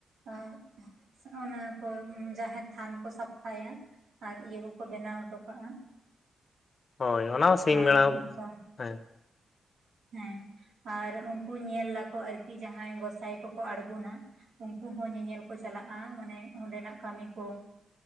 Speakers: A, on the right; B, on the left.
A: ᱚᱸᱜ ᱚᱱᱟ ᱠᱚ ᱡᱟᱦᱮᱨ ᱛᱷᱟᱱ ᱠᱚ ᱥᱟᱯᱷᱟᱭᱟ ᱟᱨ ᱤᱭᱟᱹ ᱠᱚᱠᱚ ᱵᱮᱱᱟᱣ ᱦᱚᱴᱚ ᱠᱟᱜᱼᱟ᱾
B: ᱦᱳᱭ ᱚᱱᱟ ᱦᱚᱸ ᱥᱤᱧ
A: ᱟᱨ
B: ᱵᱮᱲᱟ
A: ᱚᱱᱠᱟ
B: ᱦᱮᱸ
A: ᱦᱮᱸ ᱟᱨ ᱩᱱᱠᱩ ᱧᱮᱞ ᱟᱠᱚ ᱟᱨᱠᱤ ᱡᱟᱦᱟᱸᱭ ᱜᱚᱸᱥᱟᱭ ᱠᱚᱠᱚ ᱟᱲᱜᱩᱱᱟ ᱩᱱᱠᱩ ᱦᱚᱸ ᱧᱮᱧᱮᱞ ᱠᱚ ᱪᱟᱞᱟᱜᱼᱟ ᱢᱟᱱᱮ ᱚᱸᱰᱮᱱᱟᱜ ᱠᱟᱹᱢᱤ ᱠᱚ